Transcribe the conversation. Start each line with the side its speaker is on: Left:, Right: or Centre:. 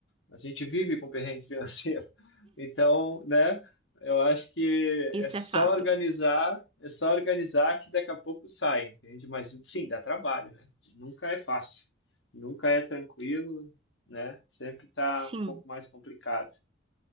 Left: A gente vive com perrengue financeiro. <laughs> Então, né? Eu acho que
Right: Isso
Left: é só
Right: é fato.
Left: organizar, é só organizar que daqui a pouco sai, entende? Mas sim, dá trabalho, né? Nunca é fácil, nunca é tranquilo, né? Sempre tá
Right: Sim.
Left: um pouco mais complicado.